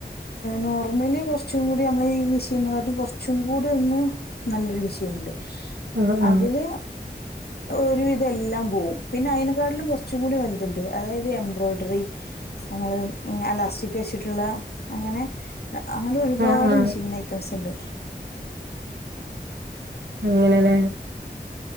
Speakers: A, on the left; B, on the right.
A: നോർമലി കുറച്ചും കൂടി നമ്മള ഈ മെഷീനെ കാട്ടി കുറച്ചും ചുംങ്കൂട് ഒന്ന് നല്ലൊരു വിഷയമുണ്ട്
B: ആഹ് ആഹ്
A: അതില് ഒരു ഇതെല്ലാം പോകും പിന്നെ അയിതിനെക്കാട്ടിലും കുറച്ചും കൂടി വലുതുണ്ട് അതായത് എംബ്രോയിഡറി നമ്മള് അലാസ്റ്റിക് വെച്ചിട്ടുള്ള അങ്ങനെ അങ്ങനെ ഒരുപാട്
B: ആഹ് ആഹ്
A: മെഷീൻ ഐറ്റംസ് ഉണ്ട്
B: അങ്ങനെലെ